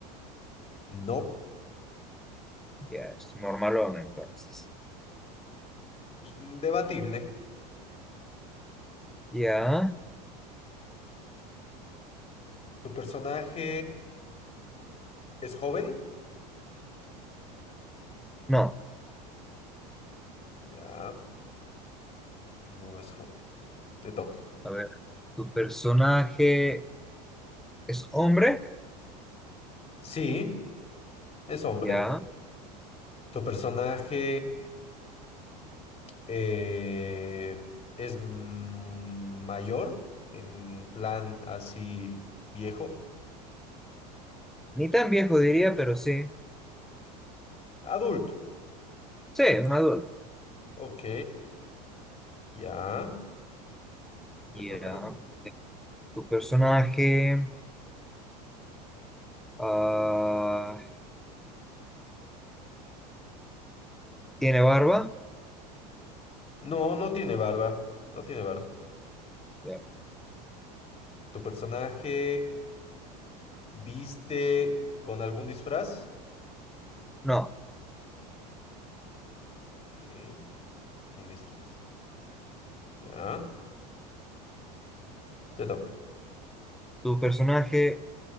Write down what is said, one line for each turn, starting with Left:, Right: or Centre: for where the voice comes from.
Left: No,
Centre: Ya, es normalón entonces.
Left: pues, debatible.
Centre: Ya,
Left: Tu personaje es joven.
Centre: no.
Left: Ya, no es joven. Te toca.
Centre: A ver, ¿tu personaje es hombre?
Left: Sí, es hombre.
Centre: Ya.
Left: Tu personaje eh, es mm, mayor, en plan así viejo.
Centre: Ni tan viejo diría, pero sí.
Left: Adulto.
Centre: Sí, un adulto.
Left: Ok, ya, te
Centre: Ya.
Left: toca.
Centre: ¿Tu personaje ah, tiene barba?
Left: No, no tiene barba. No tiene barba.
Centre: Ya.
Left: Tu personaje... ¿Viste con algún disfraz?
Centre: No.
Left: Ok, sin disfraz. Ya, te toca.
Centre: ¿Tu personaje